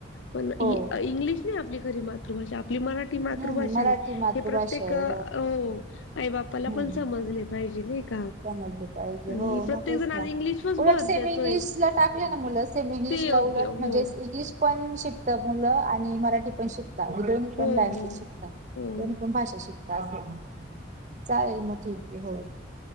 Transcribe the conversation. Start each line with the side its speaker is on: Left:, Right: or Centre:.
Left: पण इंग्लिश
Right: हो
Left: नाही आपली खरी मा मातृभाषा आपली मराठी मातृभाषा
Right: हम्म मराठी
Left: आहे
Right: मातृभाषा
Left: हे प्रत्येक
Right: आहे
Left: हो आई बाप्पाला
Right: हम्म
Left: पण समजले पाहिजे नाही का.
Right: समजलं पाहिजे
Left: आणि
Right: हो
Left: प्रत्येक
Right: मग तेच
Left: जण आज
Right: ना
Left: इंग्लिशवरच भर
Right: उलट सेम
Left: देतोय
Right: इंग्लिश ला टाकले ना मुलं सेमी इंग्लिश
Left: ते योग्य
Right: ला उलट
Left: हो
Right: म्हणजे इंग्लिश पण शिकत मुलं आणि मराठी पण शिक शिकता हे दोन्ही पण
Left: हो
Right: लँग्वेज शिकता
Left: हो हो
Right: दोन्ही पण भाषा शिकतात. <unintelligible> चालेल मग ठीक आहे हो.